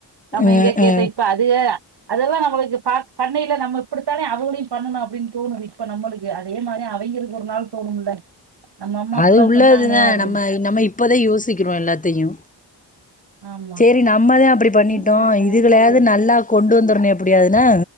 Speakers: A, on the right (about 65°); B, on the left (about 15°).
A: நம்ம
B: ம்
A: எங்க கேட்ட
B: ம்
A: இப்ப அதுக அதெல்லா நம்பளுக்கு பா பண்ணையில நம்ம இப்படித்தான அவங்களையும் பண்ணணோ அப்படின்னு தோணு இப்ப நம்பளுக் கு அதே மாரி அவைங்களுக்கு ஒரு நாள் தோணும்ல நம்ம அம்மா அப்படிலாம்
B: அது உள்ளதுதா
A: சொன்னாங்க அப்படின்னு.
B: நம்ம நம்ம இப்பதா யோசிக்கிறோ எல்லாத்தையு
A: ஆமா.
B: சேரி நம்மதா அப்படி பண்ணிட்டோ
A: என் ஃபோன் எடுக்காதீங்க
B: இதுகளையாவது
A: அடிக்கடி
B: நல்லா கொண்டு வந்துரே எப்டியாதுனா